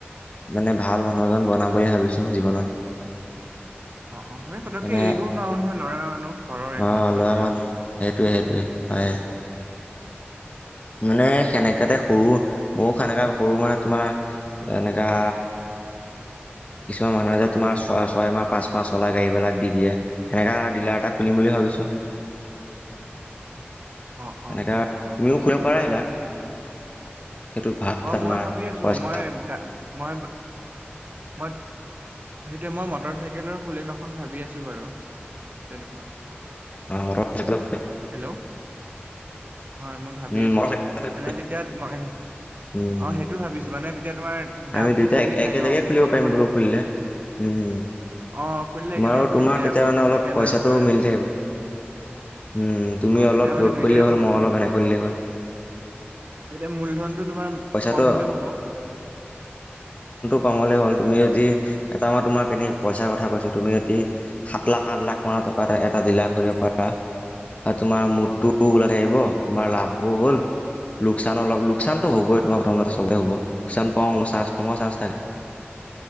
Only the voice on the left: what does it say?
মানে ভাল মানুহ এজন বনাম বুলি ভাবিছো জীৱনত।
মানে
অঁ
মানুহ সেইটোৱে সেইটোৱে হয় মানে সেনেকােতে
সৰু মৌখ এনেকা সৰু মানে তোমাৰ এনেকা কিছুমান মানুহে যে তোমাৰ ছয় ছয় মাহ পাঁচ মাহ চলা গাড়ীবিলাক দি দিয়েনেকা ডিলাৰ এটা খুলিম বুলি ভাবিছো।
সেনেকা
তুমিও খুলিব পাৰা সেইবিলাক সেইটো ভাল
এটা
তোমাৰ
পইচা
অ, মটৰ চাইকেল
উম
মটৰ চাইকেল
উম
আমি দুইটা
একেলগে
খুলিব
পাৰিম বোলো খুলিলে উম
তোমাৰো
তোমাৰ
তেতিয়া
মানে অলপ
পইচাটো
মিলি থাকিব উম তুমি
অলপ
দৌৰ
খুলিলেই হ'ল
মই অলপ এনে খুলিলেই হ'ল
পইচাটো
কমলে হ'ল তুমি যদি এটা মান তোমাক এনে পইচাৰ কথা কৈছো। তুমি অতি সাত লাখ আঠ লাখ মানৰ টকা এটা জিলা কৰিব পাৰা তোমাৰ মুঠটো ওলাই
থাকিব তোমাৰ লাভো হ'ল। লোকচানৰ অলপ লোকচানতো হবই তোমাৰ প্ৰথমতে চবে হ'ব লোকচান ক চ কম চাৰ্জ থাকে